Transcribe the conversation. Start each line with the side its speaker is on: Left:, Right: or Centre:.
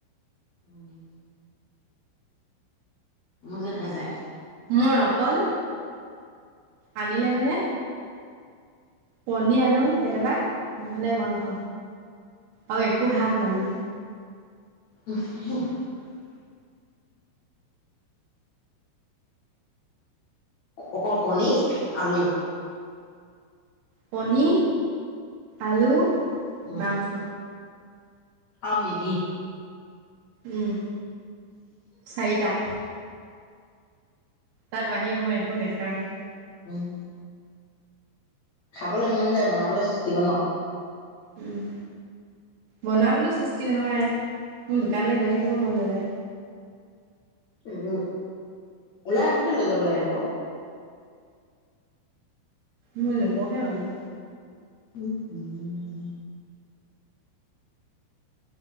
Left: উম। মোৰ যে নাযায়।
Right: মই অকল- আনিলে মানে কণী আনো কেতিয়াবা- নহ'লে মাংস আৰু একো শাক নানো।
Left: <unintelligible> অকল কণী আলু।
Right: কণী, আলু,
Left: উম
Right: মাংস।
Left: আৰু মেগী।
Right: উমঁ চাৰিটা। তাৰ বাহিৰে মই একো নাখাওঁয়ে।
Left: উমঁ। খাবলৈ মন যায় বনাবলৈ সুস্তি ক ন।
Right: উমঁ বনাবলো- সুস্তি নহয়। মোৰ দোকানলৈ গৈ থাকিব মন নাযায়।
Left: উমঁ উমঁ ওলাই আহোতে লৈ যাব লাগে ক।
Right: মই নোককে অনাম।
Left: উম হ'ম।